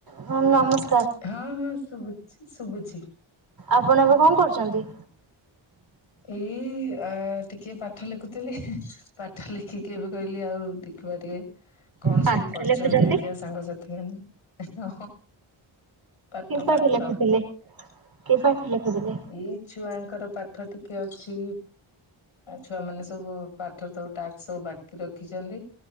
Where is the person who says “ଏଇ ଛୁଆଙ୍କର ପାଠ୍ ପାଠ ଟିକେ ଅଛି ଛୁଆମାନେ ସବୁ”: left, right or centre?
Left